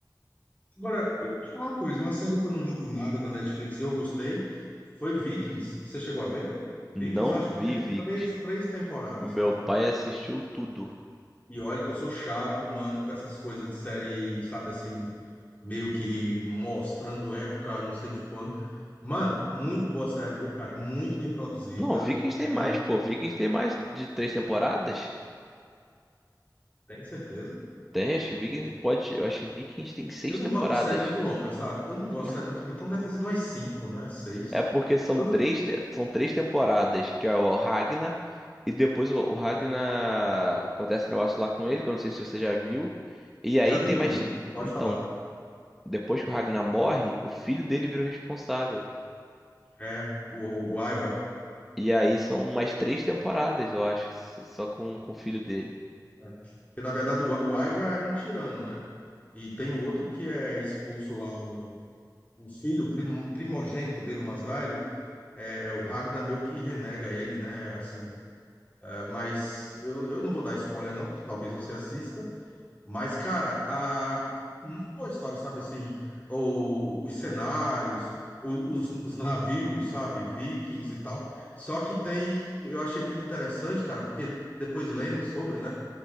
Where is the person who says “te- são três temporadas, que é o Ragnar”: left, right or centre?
Centre